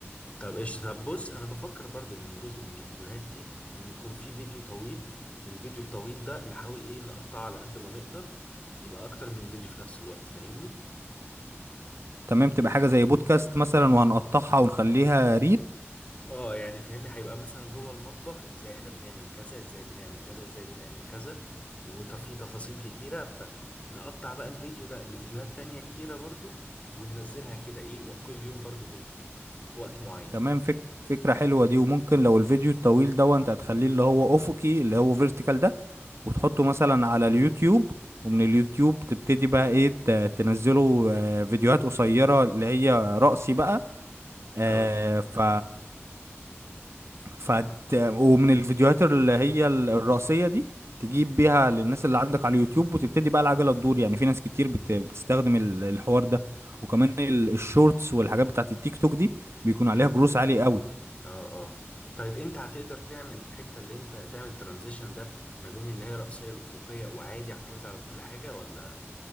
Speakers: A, on the left; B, on the right.
A: طب ايش طب بص انا بفكر برضو من جزء من الفيديوهات دي ان يكون في فيديو طويل والفيديو الطويل ده نحاول ايه نقطعه على قد ما نقدر يبقى اكتر من فيديو في نفس الوقت فاهمني
B: تمام تبقى حاجة زي بودكاست مثلا وهنقطعها ونخليها
A: اه يعني فاهمني هيبقى مثلا جوه المطبخ ازاي احنا بنعمل كذا ازاي بنعمل كذا ازاي بنعمل كذا وفي تفاصيل كتيرة فنقطع بقى الفيديو ده لفيديوهات تانية كتيرة برضو وننزلها كده ايه وكل يوم برضو فيديو في وقت معين
B: تمام فك... فكرة حلوة دي وممكن لو الفيديو الطويل ده انت هتخليه اللي هو افقي اللي هو فيرتيكال ده وتحطه مثلا على اليوتيوب ومن اليوتيوب تبتدي بقى ايه ت- تنزله آه، فيديوهات قصيرة اللي هي رأسي بقى آه،
A: اه
B: ف ف ومن الفيديوهات اللي هي ال- الرأسية دي تجيب بيها للناس اللي عندك على اليوتيوب وتبتدي بقى العجلة تدور يعني في ناس كتير بت... بتستخدم ال- الحوار ده وكمان ال- الشورتس والحاجات بتاعت التيك توك دي بيكون
A: امم
B: عليها جروس عالي قوي
A: اه اه طيب انت هتقدر تعمل الحتة اللي انت تعمل ترانزيشن ده ما بين اللي هي رأسية الأفقية وعادي هتحافظ على كل حاجة ولا